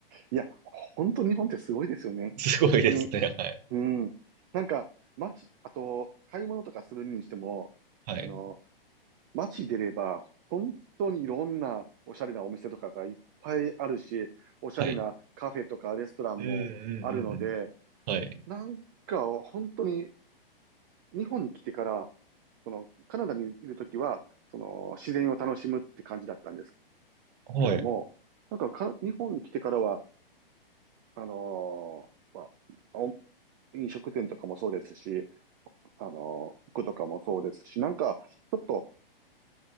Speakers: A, on the right; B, on the right.
A: いや、本当日本ってすごいですよね。
B: <laughs> すごいですね。
A: 本当に。
B: はい。
A: うん。なんか、街、あと、買い物とかするにしても、
B: はい。
A: あの、街出れば、本当にいろんなおしゃれなお店とかがいっぱいあるし、おしゃれなカフェとかレストランもあるので、
B: はい。うんうんうんうん。はい。
A: なんか、本当に日本に来てから、その、カナダにいるときは、その、自然を楽しむって感じだったんです
B: はい。
A: けども、なんかか、日本に来てからは、あのーまあお飲食店とかもそうですし、あのー服とかもそうですし、なんか、ちょっと、